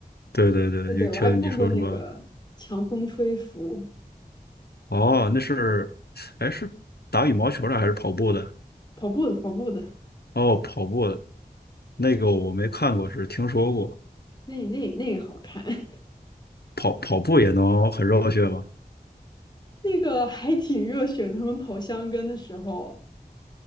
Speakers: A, on the left; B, on the left.
A: 对对对，
B: <laughs> 对对，
A: 就听你说什么，
B: 我还看过那个《强风吹拂》。
A: 哦，那是，哎，是打羽毛球的还是跑步的？
B: 跑步的，跑步的，
A: 哦，跑步的，那个我没看过，只是听说过。
B: 那那那个好看，<laughs>
A: 跑跑步也能很热血吗？
B: 那个还挺热血的。他们跑箱根的时候，